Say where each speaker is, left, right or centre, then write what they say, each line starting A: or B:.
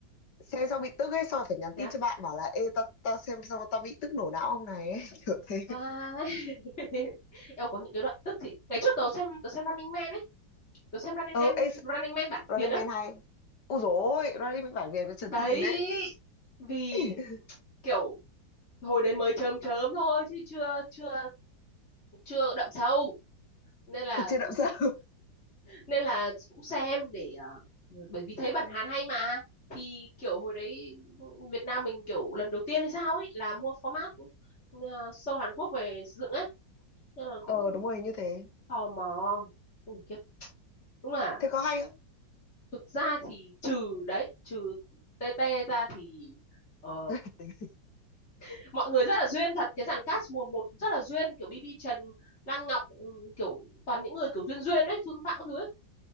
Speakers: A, on the left; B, on the left.
A: xem xong bị tức ấy xong rồi phải nhắn
B: thế
A: tin
B: à?
A: cho bạn bảo là ê tao tao xem xong tao bị tức nổ não ông này ấy <laughs> kiểu thế
B: Vãi. <laughs> em có những cái đoạn tức thì ngày trước tớ xem tớ xem Running Man ấy tớ xem Running
A: ờ
B: Man
A: ê
B: Running Man bản
A: Running
B: Việt á
A: Man hay Úi dồi ôi, Running Man bản Việt với Trần
B: đấy
A: Thành
B: vì
A: <laughs>
B: kiểu hồi đấy mới chớm chớm thôi chứ chưa chưa chưa đậm sâu nên là
A: Ở trên động sao
B: nên là cũng xem để ờ, bởi vì thấy bản Hàn hay mà thì kiểu hồi đấy Việt Nam mình kiểu lần đầu tiên hay sao ấy là mua format ờ, show Hàn Quốc về sử dụng ấy nên là cũng
A: ờ đúng rồi như thế
B: tò mò Ui, khiếp. đúng là
A: thế có hay không
B: thực ra thì trừ đấy trừ TT ra thì ờ,
A: <laughs>
B: <laughs> mọi người rất là duyên thật cái dàn cast mùa một rất là duyên kiểu BB Trần Lan Ngọc ừ, kiểu toàn những người kiểu duyên duyên ấy Xuân Phạm các thứ ấy.